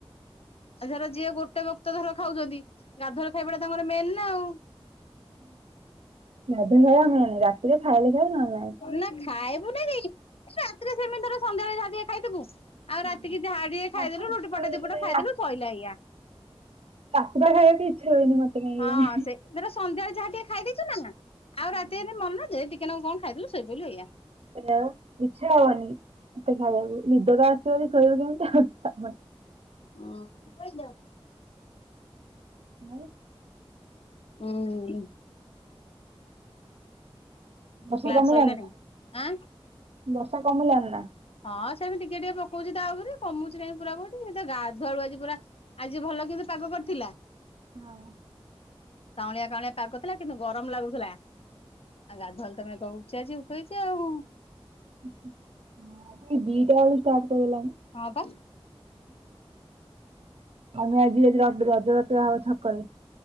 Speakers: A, on the left; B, on the right.
A: ଆଉ ର ଯିଏ ଗୋଟେ ବକ୍ତ ଧର ଖାଉଛନ୍ତି ଗାଧୁଆ ବେଳ ଖାଇବା ଟା ତାଙ୍କର ମେନ୍ ନା ଆଉ।
B: ହୁଁ <unintelligible> ରାତିରେ ଖାଇଲେ ଖାଇ ନହେଲେ ନାହିଁ।
A: ନା ଖାଇବୁ ନା ରାତିରେ ସେମିତିର ସନ୍ଧ୍ୟାବେଳେ ଯା ଖାଇଥବୁ ଆଉ
B: ହଁ
A: ରାତିକି ଯାହା ଟିକେ
B: ମତେ
A: ଖାଇଦେଲୁ
B: ଇଚ୍ଛା
A: ରୁଟି ପଟ
B: ହୁଏନି
A: ଦିପଟ
B: କାଇଁ
A: ଖାଇଦଲୁ ଶଇଲା ହେଇଆ
B: ରାତି ଟା ଖାଇବାକୁ ଇଚ୍ଛା ହୁଏନି ମତେ କାଇଁ କେଜାଣି।
A: ହଁ ସେ ତର ସନ୍ଧ୍ୟାରେ ଯାହା ଟିକେ ଖାଇଦେଇଛୁ ନା ଆଉ
B: ହୁଁ।
A: ରାତି ମନ ଯେ ଟିକେ ଟିକେ ନାକୁ କଣ ଖାଇଦେଲୁ ସୋଇ ପଡ଼ିଲୁ ଏଇଆ।
B: ସେଉ ଇଚ୍ଛା ହବନି ମତେ ଖାଇବାକୁ ନିଦ ତ ଆସିବ ଶୋଇବ କେମିତି <unintelligible>
A: ହଁ।
B: <unintelligible>
A: ହଁ। ହୁଁ।
B: ବର୍ଷା
A: କ୍ଲାସ
B: କମିଲାଣି
A: ସଇଲାଣି
B: ନା
A: ଆଁ
B: ବର୍ଷା କମିଲାଣି ନା?
A: ହଁ ସେମି ଟିକେ ଟିକେ ପକୋଉଛି ତା ଉପରେ କମୁଛି କାଇଁ ପୁରା କୋଉଠି ଏ ତ ଗାଧୁଆଳୁ ଆଜି ପୁରା ଆଜି ଭଲ କିନ୍ତୁ ପାଗ କରିଥିଲା।
B: ହଁ।
A: କାଉଁଳିଆ କାଉଁଳିଆ ପାଗ ଥିଲା କିନ୍ତୁ ଗରମ ଲାଗୁଥିଲା ଆଉ ଗାଧୁଆଲେ ଖାଲି କହିବୁ ସେ ଆଜି ଶୋଇଚି ଆଉ।
B: <unintelligible> ଦିଟାବେଳୁ ଷ୍ଟାର୍ଟ କରିଦେଲାଣି।
A: ହଁ ପା।
B: ଆମର ଆଜି ଆଜି ରଡ଼ ରଜ ବାଟୁଆ ହବ ଛକରେ।